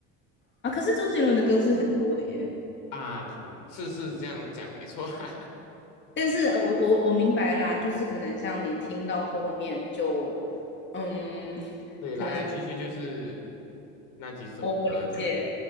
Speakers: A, on the left; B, on the left.
A: 啊可是周杰伦的歌是很多的耶，
B: 啊，次是是这样讲没错啊，
A: 但是呃我我我明白啦，就是可能像你听到后面就，嗯，
B: <laughs> 对，
A: 可能
B: 来来去去就是那几首歌这样。
A: 我我理解，